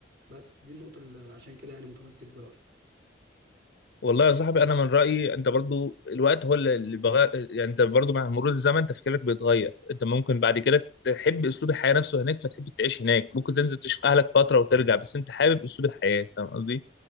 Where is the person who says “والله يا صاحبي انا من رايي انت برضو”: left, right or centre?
Left